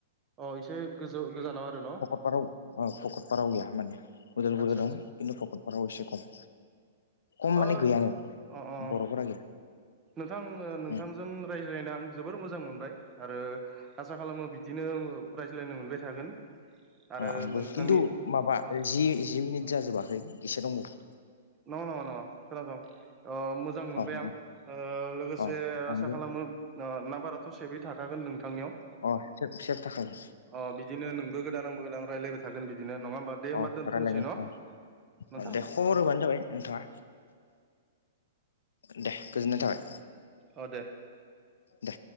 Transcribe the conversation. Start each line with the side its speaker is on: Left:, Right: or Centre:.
Right: अ एसे गोजौ गोजानाव आरो न'
Left: ककाराव भकतपाराव गैया माने उदालगुरियाव
Right: आदसा
Left: दं खिन्थु भकतपाराव एसे खम खम माने
Right: अ
Left: गैयानो
Right: अ अ
Left: बर'फोरा गैया
Right: नोंथां नोंथांजों
Left: उम
Right: रायज्लायनो आं जोबोर मोजां मोनबाय आरो आसा खालामो बिदिनो रायज्लायनो मोनबाय थागोन आरो
Left: अ आंबो
Right: नोंथांनि
Left: खिन्थु माबा
Right: अ
Left: जि जि मिनिट जाजोबाखै एसे दंबावो
Right: नङा नङा-नङा खोनासं मोजां मोनबाय
Left: अ बुं
Right: आं लोगोसे
Left: अ
Right: आसा
Left: आंबो
Right: खालामो नाम्बाराथ' सेभै थाखागोन नोंथांनियाव
Left: अ सेब सेब थाखागोन
Right: अ बिदिनो नोंबो गोदान आंबो गोदान रायज्लायबाय थागोन बिदिनो नङा होम्बा दे होम्बा
Left: अ
Right: दोनथ'नोसै
Left: रायलायगोन
Right: न' नोंथांलाय
Left: अ दे खबर होबानो जाबाय नोंथाङा दे गोजोननाय थाबाय
Right: औ दे
Left: दा